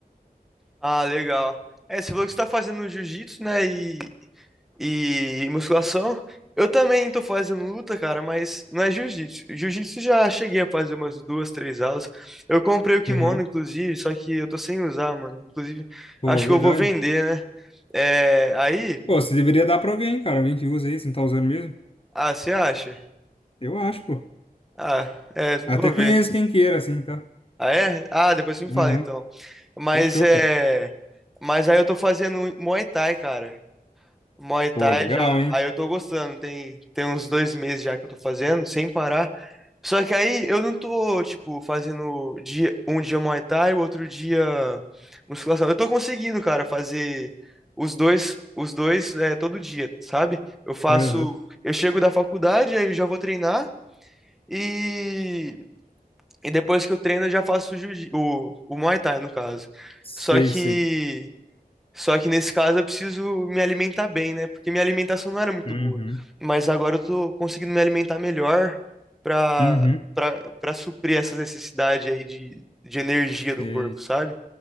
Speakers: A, in the centre; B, on the left.
A: Ah, legal. É, você falou que você tá fazendo jiu-jitsu, né? E, e musculação. Eu também tô fazendo luta, cara, mas não é jiu-jitsu. Jiu-jitsu já cheguei a fazer umas duas, três aulas. Eu comprei o kimono,
B: Aham.
A: inclusive, só que eu tô sem usar, mano. Inclusive,
B: Pô,
A: acho
B: verdade.
A: que eu vou vender, né? É, aí,
B: Pô, você deveria dar pra alguém, cara. Alguém que usa isso, não tá usando mesmo?
A: ah, você acha?
B: Eu acho, pô.
A: Ah, é,
B: Até
A: vou ver.
B: conheço quem queira, assim, tá?
A: Ah, é? Ah, depois você me
B: Aham.
A: fala, então. Mas
B: Fechou,
A: é,
B: cara.
A: mas aí eu tô fazendo Muay Thai, cara. Muay Thai
B: Pô, legal,
A: já,
B: hein?
A: aí eu tô gostando. Tem, tem uns dois meses já que eu tô fazendo, sem parar. Só que aí eu não tô, tipo, fazendo dia, um dia Muay Thai, o outro dia musculação. Eu tô conseguindo, cara, fazer os dois, os dois é, todo dia, sabe? Eu faço,
B: Aham.
A: eu chego da faculdade, aí eu já vou treinar e, e depois que eu treino eu já faço o, jiu- o, o Muay Thai, no caso.
B: Sei,
A: Só que
B: sei.
A: só que nesse caso eu preciso me alimentar bem, né? Porque minha alimentação não era muito
B: Uhum.
A: boa. Mas agora eu tô conseguindo me alimentar melhor pra,
B: Uhum.
A: pra, pra suprir essa necessidade aí de, de energia
B: Sei,
A: do corpo, sabe?